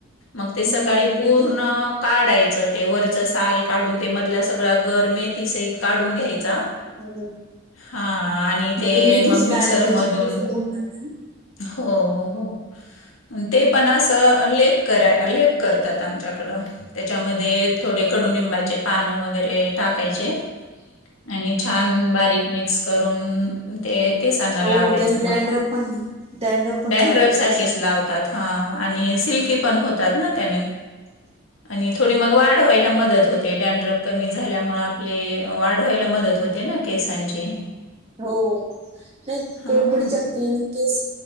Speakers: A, on the left; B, on the right.
A: मग ते
B: हम्म
A: सकाळी पूर्ण
B: मेथी मग
A: काढायचं ते वरचं साल काढून ते मधला सगळा गर मेथी सहित काढून घ्यायचा
B: हो
A: हा आणि
B: मग
A: ते
B: मेथीचे
A: मग मिक्सर
B: दाणे त्याच्यामध्ये
A: मधून
B: सोगून जातात ना.
A: हो हो ते पण अस तर लेप करा लेप करतात आमच्याकडं त्याच्यामध्ये थोडे कडुनिंबाचे पान वगैरे टाकायचे आणि छान बारीक मिक्स करून ते केसांना
B: हो
A: लावायचं
B: त्यानी डॅनड्रप
A: मग
B: पण डॅनड्रप पण
A: डॅनड्रफ
B: जातो
A: साठीच
B: केसांना
A: लावतात हा आणि सिल्की
B: हो
A: पण होतात ना त्यान
B: <inaudible>
A: आणि थोडी मग वाढवायला मदत होते डॅनड्रप कमी झाल्यामुळे आपले वाढवायला मदत होते ना केसांची
B: हो नाही
A: हां
B: कोरपडीचा केस